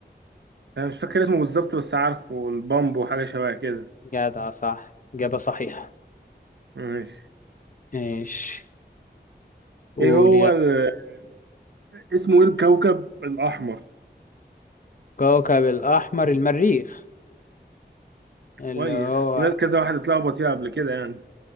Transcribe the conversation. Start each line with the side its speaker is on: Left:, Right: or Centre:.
Right: انا مش فاكر اسمه بالظبط بس عارفه والبامب وحاجه شبه كده
Left: جدع صح إجابة صحيحة
Right: ماشي
Left: ماشي قول
Right: ايه هو
Left: يا
Right: ال... <laughs> اسمه ايه الكوكب الاحمر
Left: كوكب الأحمر المريخ اللي
Right: كويس
Left: هو
Right: في ناس- كذا واحد اتلخبط فيها قبل كده يعني